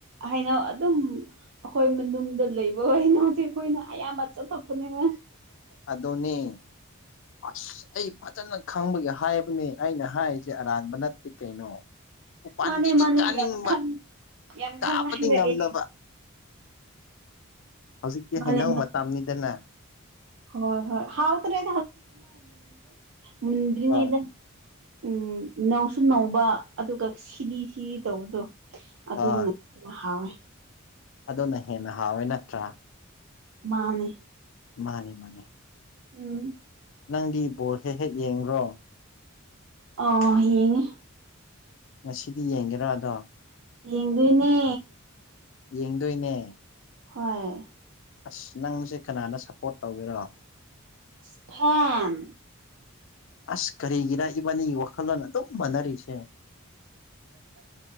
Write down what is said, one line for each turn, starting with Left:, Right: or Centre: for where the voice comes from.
Right: ꯍꯥꯏꯅ ꯑꯗꯨꯝ ꯑꯩꯈꯣꯏ ꯃꯅꯨꯡꯗ ꯂꯩꯕꯅ ꯍꯧꯖꯤꯛ ꯣꯏꯅ ꯑꯕ ꯊ ꯊꯣꯛꯄꯅꯦꯕ
Left: ꯑꯗꯣꯅꯦ ꯑꯁ ꯑꯩ ꯐꯖꯅ ꯈꯪꯕꯒꯤ ꯍꯥꯏꯕꯅꯤ ꯑꯩꯅ ꯍꯥꯏꯔꯤꯁꯦ ꯑꯔꯥꯟꯕ ꯅꯠꯇꯦ ꯀꯩꯅꯣ ꯎꯄꯥꯥꯟꯝꯕꯤꯗꯤ
Right: ꯃꯥꯅꯦ ꯃꯥꯅꯦ
Left: ꯀꯥꯅꯤꯡꯕ
Right: ꯌꯥꯝ ꯈꯪ ꯌꯥꯝ
Left: ꯀꯥꯄꯗꯤ
Right: ꯈꯪꯅ ꯍꯥꯏꯔꯛꯑꯦ
Left: ꯉꯝꯗꯕ ꯍꯧꯖꯤꯛꯇꯤ
Right: ꯃꯥꯅꯦ
Left: ꯍꯩꯅꯧ
Right: ꯃꯥꯅꯦ
Left: ꯃꯇꯝꯅꯤꯅꯤꯗꯅꯦ
Right: ꯍꯣꯏ ꯍꯣꯏ ꯍꯥꯎ ꯇꯔ ꯃꯨꯟꯗ꯭ꯔꯤꯉꯩꯗ
Left: ꯍꯣꯏ
Right: ꯎꯝ ꯏꯅꯧꯁꯨꯨꯝ ꯅꯧꯕ ꯑꯗꯨꯒ ꯁꯤꯂꯤ ꯁꯤ ꯇꯧꯕꯗꯣ ꯑꯗꯨꯅ
Left: ꯍꯣꯏ
Right: ꯍꯥꯎꯋꯦ
Left: ꯑꯗꯨꯅ ꯍꯦꯟꯅ ꯍꯥꯎꯋꯦ ꯅꯠꯇ꯭ꯔꯥ
Right: ꯃꯥꯅꯦ
Left: ꯃꯥꯅꯤ ꯃꯥꯅꯦ
Right: ꯎꯝ
Left: ꯅꯪꯗꯤ ꯕꯣꯜ ꯍꯦꯛ ꯍꯦꯛ ꯌꯦꯡ꯭ꯔꯣ
Right: ꯑ ꯍꯡꯉ
Left: ꯉꯁꯤꯗꯤ ꯌꯦꯡꯒꯦꯔ ꯑꯗꯣ
Right: ꯌꯦꯗꯨꯅꯦ
Left: ꯌꯦꯡꯗꯣꯏꯅꯦ
Right: ꯍꯣꯏ
Left: ꯑꯁ ꯅꯪꯁꯦ ꯀꯅꯥꯅ ꯁꯞꯄꯣꯔꯠ ꯇꯧꯒꯦꯔꯣ
Right: ꯏꯁꯄꯦꯟ
Left: ꯑꯁ ꯀꯔꯤꯒꯤꯔ ꯏꯕꯥꯅꯤꯒꯤ ꯋꯥꯈꯜꯂꯣꯟ ꯑꯗꯨꯝ ꯃꯥꯟꯅꯔꯤꯁꯦ